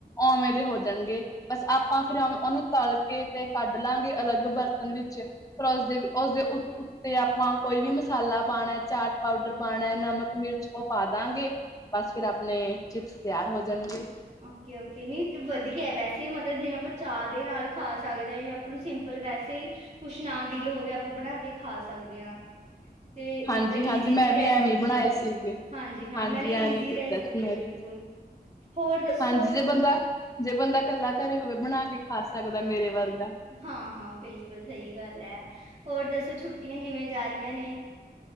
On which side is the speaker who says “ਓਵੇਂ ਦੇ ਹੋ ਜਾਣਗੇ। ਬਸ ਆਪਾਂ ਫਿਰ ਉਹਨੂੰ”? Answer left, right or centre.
Left